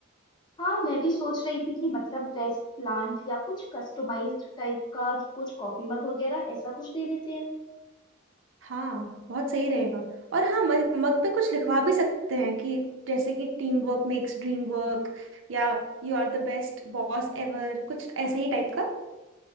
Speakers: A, on the left; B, on the right.
A: हाँ मैं भी सोच रही थी कि मतलब डेस्क प्लांट या कुछ कस्टमाइज्ड टाइप का कुछ कॉफी मग वगैरह ऐसा कुछ दे देते हैं
B: हाँ बहुत सही रहेगा और हाँ मग मग पे कुछ लिखवा भी सकते हैं कि जैसे कि team work makes dream work या you are the best boss ever कुछ ऐसे ही टाइप का